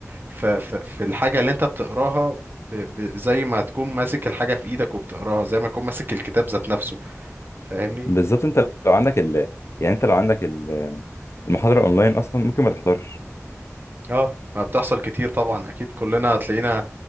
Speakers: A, on the right; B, on the left.
A: في في في الحاجه اللي انت بتقراها ب ب زي ما تكون ماسك الحاجه في ايدك وبتقراها زي ما تكون ماسك الكتاب ذات نفسه فاهمني
B: بالظبط انت لو عندك ال... يعني انت لو عندك ال... المحاضره اونلاين اصلا ممكن ما تحضرش
A: اه ما بتحصل كتير طبعا اكيد كلنا هتلاقينا